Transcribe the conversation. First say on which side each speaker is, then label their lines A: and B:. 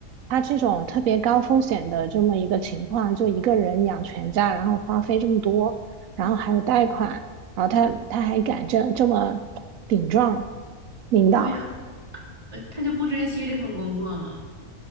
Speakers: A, on the right; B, on the right.
A: 他这种特别高风险的这么一个情况，就一个人养全家，然后花费这么多，然后还有贷款，
B: 嗯，
A: 然后他他还敢这这么顶撞领导，
B: 对呀，呃他就不珍惜这份工作嘛。